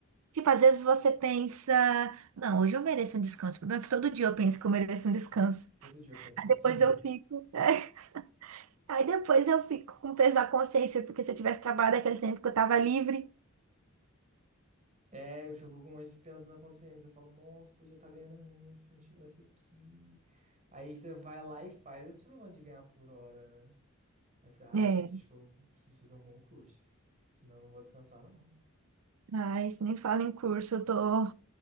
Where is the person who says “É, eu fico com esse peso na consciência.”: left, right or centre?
Right